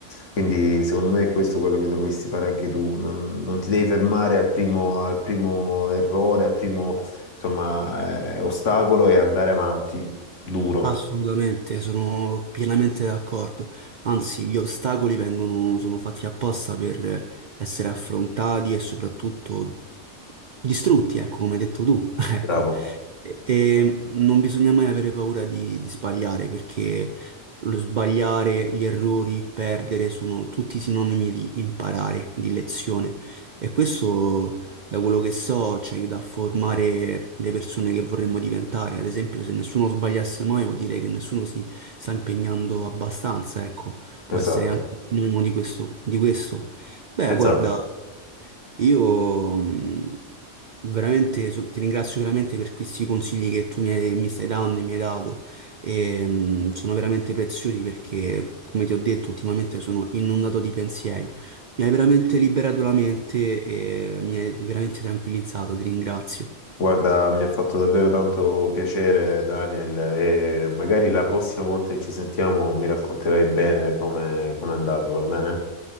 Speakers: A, on the left; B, on the right.
A: Quindi, secondo me, è questo quello che dovresti fare anche tu. Non, non ti devi fermare al primo, al primo errore, al primo, insomma, eh, ostacolo e andare avanti duro.
B: Assolutamente, sono pienamente d'accordo. Anzi, gli ostacoli vengono, sono fatti apposta per essere affrontati e soprattutto distrutti, ecco, come hai detto tu. <laughs> Ecco,
A: Bravo,
B: e, e non bisogna mai avere paura di, di sbagliare, perché lo sbagliare, gli errori, perdere sono tutti sinonimi di imparare, di lezione. E questo, da quello che so, ci aiuta a formare le persone che vorremmo diventare. Ad esempio, se nessuno sbagliasse mai, vuol dire che nessuno si sta impegnando abbastanza, ecco, può
A: esatto,
B: essere anche un sinonimo di questo, di questo. Beh,
A: esatto.
B: guarda, io mh, veramente so- ti ringrazio veramente per questi consigli che tu mi, hai- mi stai dando e mi hai dato. E, mh, sono veramente preziosi perché, come ti ho detto, ultimamente sono inondato di pensieri. Mi hai veramente liberato la mente e mi hai veramente tranquillizzato, ti ringrazio.
A: Guarda, mi ha fatto davvero tanto piacere, Daniel, e magari la prossima volta che ci sentiamo mi racconterai bene come come è andata, va bene?